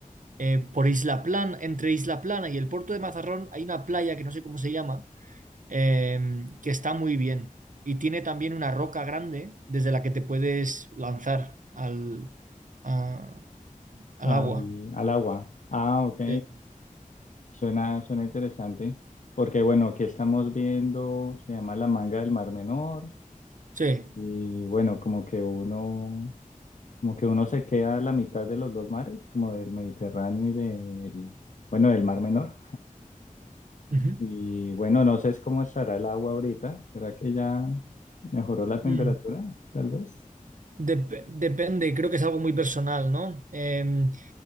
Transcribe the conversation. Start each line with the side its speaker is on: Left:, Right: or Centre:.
Right: eh, por Isla Plana, entre Isla Plana y el puerto de Mazarrón hay una playa que no sé cómo se llama, eh, que está muy bien y tiene también una roca grande desde la que te puedes lanzar al, a- al
Left: al,
Right: agua.
Left: al agua. Ah, ok.
Right: Sí.
Left: Suena, suena interesante. Porque bueno, aquí estamos viendo, se llama la manga del Mar Menor.
Right: Sí.
Left: Y bueno, como que uno, como que uno se queda a la mitad de los dos mares, como del Mediterráneo y del, bueno, del Mar Menor.
Right: Ujú.
Left: Y bueno, no sé es cómo estará el agua ahorita. ¿Será que ya mejoró la
Right: Mm.
Left: temperatura? Tal vez.
Right: Dep- depende, creo que es algo muy personal, ¿no? Em,